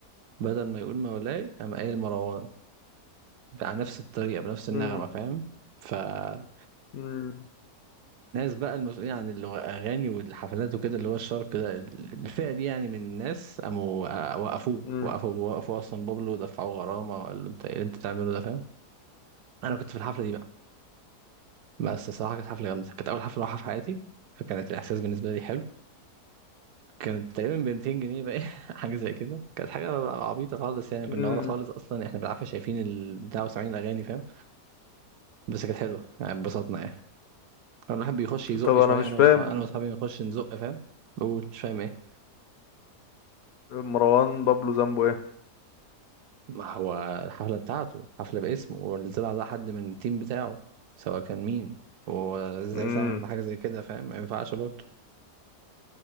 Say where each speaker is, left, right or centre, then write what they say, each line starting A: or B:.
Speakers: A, on the right; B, on the left.
A: بدل ما يقول مولاي قام قايل مروان على نفس الطريقة بنفس النغمة
B: مم.
A: فاهم فالناس
B: مم.
A: بقى المسؤولين عن الأغاني والحفلات وكده اللي هو الشرق ده الفئة دي يعني من الناس قاموا وقفوه
B: مم.
A: وقفوا وقفوا أصلا بابلو ودفعوه غرامة وقال له أنت إيه اللي أنت بتعمله ده فاهم أنا كنت في الحفلة دي بقى بس الصراحة كانت حفلة جامدة كانت أول حفلة أروحها في حياتي فكانت الإحساس بالنسبة لي حلو كانت تقريبا ب 200 جنيه بقى <laughs> حاجه زي كده كانت حاجه عبيطه خالص يعني
B: مم.
A: كنا ورا خالص اصلا احنا بالعافيه شايفين البتاع وسامعين الاغاني فاهم بس كانت حلوه يعني اتبسطنا يعني كان الواحد بيخش يزق
B: طب انا
A: شويه
B: مش
A: انا
B: فاهم
A: واصحابي انا واصحابي نخش نزق فاهم بقول مش فاهم ايه
B: مروان بابلو ذنبه ايه
A: ما هو الحفله بتاعته حفله باسمه واللي طلع ده حد من التيم بتاعه سواء كان مين هو ازاي
B: امم
A: سامح بحاجه زي كده فاهم ما ينفعش برضه